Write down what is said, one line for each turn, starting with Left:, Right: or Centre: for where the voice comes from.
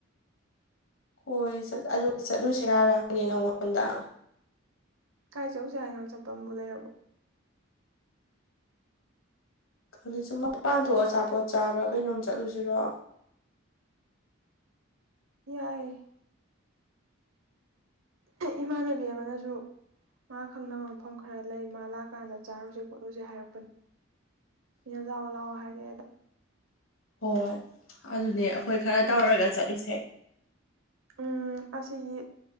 Left: ꯀ‌ꯣꯏ ꯆꯠ ꯑꯗꯨ ꯆꯠꯂꯨꯁꯤꯔꯥ <unintelligible> ꯅꯪꯉꯣꯟꯗ
Right: ꯀꯥꯏ ꯆꯧꯁꯦ ꯍꯥꯏꯅꯣ ꯆꯠꯄꯝꯕꯨ ꯂꯩꯔꯕꯣ
Left: ꯈꯪꯗ‌ꯦ ꯁꯨꯝ ꯃꯄꯥꯟ ꯊꯣꯛꯑ ꯑꯆꯥꯄꯣꯠ ꯆꯥꯕ꯭ꯔꯥ ꯀꯩꯅꯣꯝ ꯆꯠꯂꯨꯖꯤꯔꯣ
Right: ꯌꯥꯏ ꯏꯃꯥꯟꯅꯕꯤ ꯑꯃꯅꯁꯨ ꯃꯥ ꯈꯪꯅꯕ ꯃꯐꯝ ꯈꯔ ꯂꯩ ꯃꯥ ꯂꯥꯛꯀꯥꯟꯗ ꯆꯥꯔꯨꯁꯦ ꯈꯣꯠꯂꯨꯁꯦ ꯍꯥꯏꯔꯛꯄꯟ ꯃꯤꯅ ꯂꯥꯎ ꯂꯥꯎ ꯍꯥꯏꯔꯑꯦꯗ
Left: ꯍꯣꯏ ꯑꯗꯨꯅꯦ ꯑꯩꯈꯣꯏ ꯈꯔ ꯇꯧꯔꯒ ꯆꯠꯂꯨꯁꯦ
Right: ꯎꯝ ꯑꯁꯤꯒꯤ